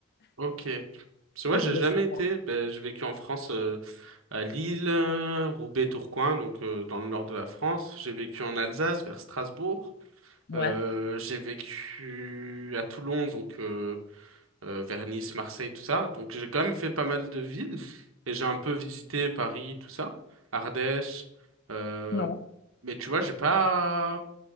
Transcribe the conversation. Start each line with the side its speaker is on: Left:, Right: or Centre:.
Right: Ok. Parce que moi,
Left: Il
Right: j'ai
Left: faisait
Right: jamais
Left: froid.
Right: été. Ben, j'ai vécu en France, euh, à Lille, euh, Roubaix, Tourcoing, donc euh, dans le nord de la France. J'ai vécu en Alsace, vers Strasbourg.
Left: Ouais,
Right: Euh, j'ai vécu à Toulon, donc euh, euh, vers Nice, Marseille, tout ça. Donc j'ai quand même fait pas mal de villes. Et j'ai un peu visité Paris, tout ça. Ardèche. euh,
Left: non,
Right: Mais tu vois, j'ai pas